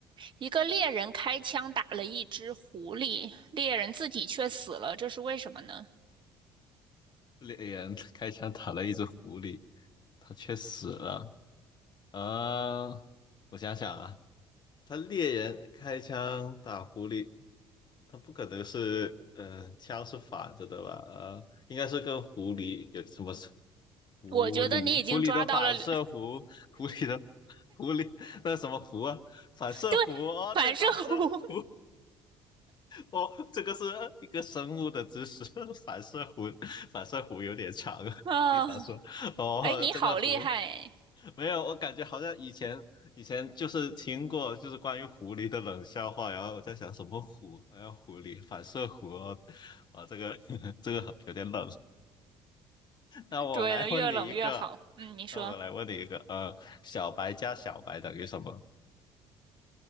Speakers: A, on the right (about 40°); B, on the left (about 35°).
A: 一个猎人开枪打了一只狐狸，猎人自己却死了，这是为什么呢？
B: 猎人开枪打了一只狐狸，它却死了。呃，我想想啊，他猎人开枪打狐狸，他不可能是，呃，枪是反着的吧？呃，应该是跟狐狸有什么是狐狸？
A: 我觉得你已经抓到了，
B: 狐狸的反射弧，
A: <laughs> 对
B: 狐狸的狐狸那什么弧啊？反射弧哦，
A: 对，反射弧
B: 对，反射弧哦，这个是一个生物的知识，<laughs> 反射弧，反射弧有点长啊经常说哦，
A: <laughs> 啊，哎，你好厉害！
B: 这个弧。没有，我感觉好像以前以前就是听过，就是关于狐狸的冷笑话，然后我在想什么狐，好像狐狸反射弧哦，啊，这个 <laughs> 这个有点冷。<laughs> 那我来问你一个，
A: 对了，越冷越好。嗯，你说
B: 那我来问你一个，呃，小白加小白等于什么？